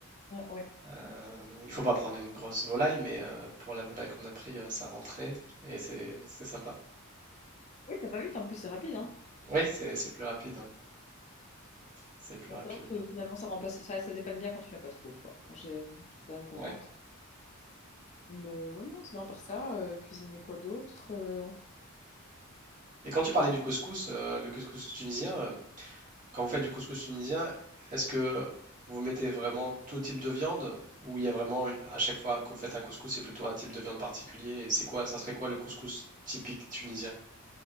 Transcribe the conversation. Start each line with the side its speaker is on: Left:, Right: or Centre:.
Left: ouais. ouais.
Right: Euh, il faut pas prendre une grosse volaille, mais euh, pour la volaille qu'on a pris, euh, ça rentrait et c'est c'est sympa.
Left: Oui, ça va vite, en plus, c'est rapide, hein.
Right: Oui, c'est c'est plus rapide. ouais. C'est plus
Left: Bon,
Right: rapide.
Left: c'est vrai que finalement, ça remplace, ça, ça dépanne bien quand tu n'as pas de four, quoi. J'ai- Je suis quand même contente.
Right: Ouais.
Left: Mais ouais, non, sinon, par ça, euh, cuisiner quoi d'autre? euh,
Right: Et quand tu
Left: faut
Right: parlais
Left: que
Right: du
Left: je-
Right: couscous, euh, le couscous tunisien, euh, quand vous faites du couscous tunisien, est-ce que vous mettez vraiment tout type de viande ou il y a vraiment eu- à chaque fois que vous faites un couscous, c'est plutôt un type de viande particulier? et C'est quoi, ça serait quoi le couscous typique tunisien?